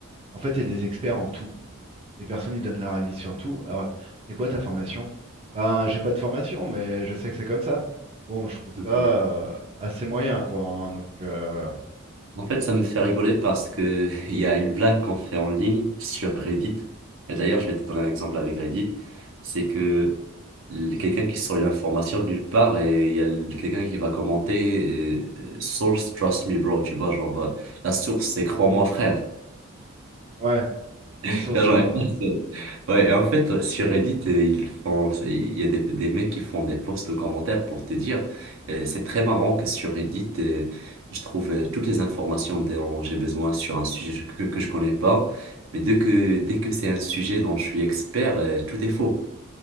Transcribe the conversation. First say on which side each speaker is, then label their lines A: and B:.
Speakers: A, on the right; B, on the right.
A: en fait, il y a des experts en tout. Les personnes, ils donnent leur avis sur tout. Alors, c'est quoi ta formation? Ben, j'ai pas de formation, mais je sais que c'est comme ça. Bon, je trouve
B: Mhm.
A: ça euh, assez moyen, quoi. hein. donc, euh,
B: En fait, ça me fait rigoler parce que <laughs> il y a une blague qu'on fait en ligne sur Reddit. Et d'ailleurs, je vais te donner un exemple avec Reddit. C'est que le- quelqu'un qui sort une information de nulle part et il y a le- quelqu'un qui va commenter euh, euh, source trust me bro tu vois genre euh, la source c'est crois-moi frère
A: ouais,
B: <laughs> tu
A: la source,
B: vois,
A: c'est
B: genre,
A: croire.
B: <laughs> c'est- ouais et en fait euh, sur Reddit euh, ils font il y a des, des mecs qui font des posts de commentaires pour te dire Euh, c'est très marrant que sur Reddit euh, je trouve euh, toutes les informations dont j'ai besoin sur un sujet que, que je connais pas mais dès que dès que c'est un sujet dont je suis expert euh, tout est faux